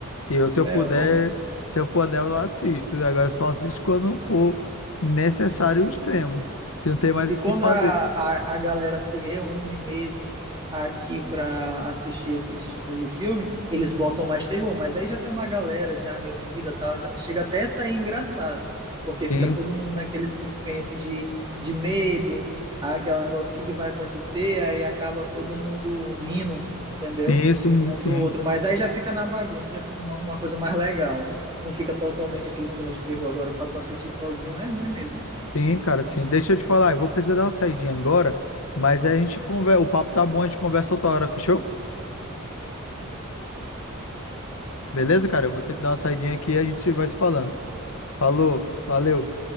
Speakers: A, on the left (about 75°); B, on the right (about 20°).
A: Eu, se eu
B: É,
A: puder,
B: eu não,
A: se eu puder, eu não assisto. Agora eu só assisto quando for necessário o extremo, que não tem mais
B: E
A: o que
B: quando
A: fazer.
B: a, a, a galera se reúne mesmo aqui para assistir esses tipos de filme, eles botam mais terror, mas aí já tem uma galera já reunida e tal, e dá- chega até a sair engraçado, porque fica
A: Sim,
B: todo mundo naquele suspense de, de medo, ah, aquele negócio, o que, que vai acontecer, aí acaba todo mundo rindo, entendeu?
A: sim, sim,
B: Um
A: sim,
B: do outro, mas aí já fica na bagunça, já fica uma, uma coisa mais legal. Não fica totalmente aquele clima de terror agora para tu assistir sozinho, é ruim mesmo.
A: Sim, cara, sim. Deixa eu te falar, eu vou precisar dar uma saidinha agora, mas aí a gente conversa, o papo tá bom, a gente conversa outra hora, fechou? Beleza, cara? Eu vou ter que dar uma saidinha aqui e a gente vai se falando. Falou, valeu.